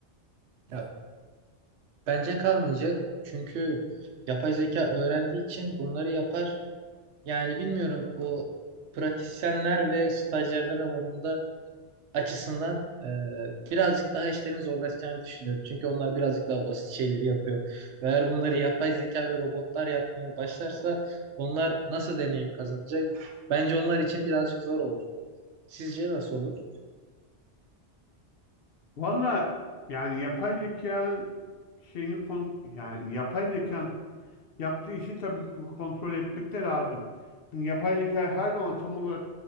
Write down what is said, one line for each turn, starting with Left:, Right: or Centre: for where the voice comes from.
Right: Ya, bence kalmayacak. Çünkü yapay zeka öğrendiği için bunları yapar. Yani bilmiyorum o pratisyenler ve stajyerler alanında açısından e, birazcık daha işlerin zorlaşacağını düşünüyorum. Çünkü onlar birazcık daha basit şeyleri yapıyor. Ve eğer bunları yapay zeka ve robotlar yapmaya başlarsa onlar nasıl deneyim kazanacak? Bence onlar için birazcık zor olur. Sizce nasıl olur?
Left: Valla yani yapay zeka şeyini kon yani yapay zekan yaptığı işi tabii ki bu kontrol etmek de lazım. Çünkü yapay zeka her zaman tam olarak